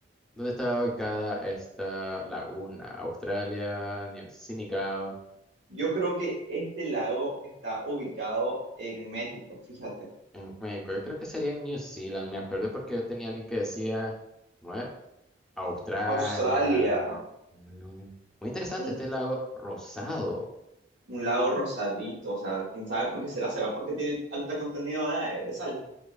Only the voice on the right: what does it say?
Yo creo que este lago está ubicado en México, fíjate.
Australia,
un,
un lago rosadito, o sea, quién sabe por qué será. ¿Será porque tiene alto contenido de, de sal?